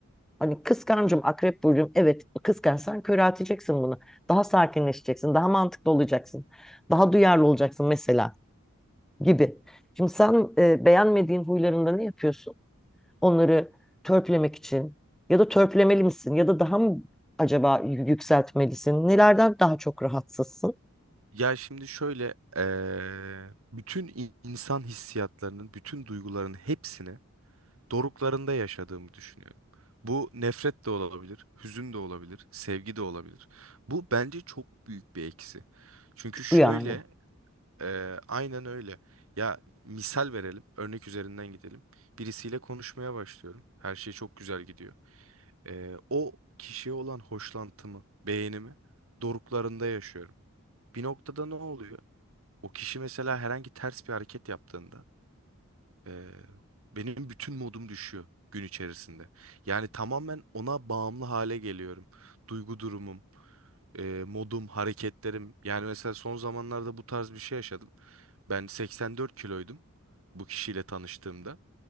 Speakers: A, in the centre; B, on the right.
A: Hani kıskancım, akrep burcum. Evet, kıskançsan köre atacaksın bunu. Daha sakinleşeceksin, daha mantıklı olacaksın. Daha duyarlı olacaksın mesela gibi. Şimdi sen e, beğenmediğin huylarında ne yapıyorsun? onları törpülemek için ya da törpülemeli misin ya da daha mı acaba y- yükseltmelisin? Nelerden daha çok rahatsızsın?
B: Ya şimdi şöyle, eee, bütün in- insan hissiyatlarının, bütün duyguların hepsini doruklarında yaşadığımı düşünüyorum. Bu nefret de olabilir, hüzün de olabilir, sevgi de olabilir. Bu bence çok büyük bir eksi. Çünkü şöyle,
A: Bu yani.
B: e, aynen öyle. Ya misal verelim, örnek üzerinden gidelim. Birisiyle konuşmaya başlıyorum. Her şey çok güzel gidiyor. E, o kişiye olan hoşlantımı, beğenimi doruklarında yaşıyorum. Bir noktada ne oluyor? O kişi mesela herhangi ters bir hareket yaptığında ee, benim bütün modum düşüyor gün içerisinde. Yani tamamen ona bağımlı hale geliyorum. Duygu durumum, e, modum, hareketlerim. Yani mesela son zamanlarda bu tarz bir şey yaşadım. Ben 84 kiloydum bu kişiyle tanıştığımda.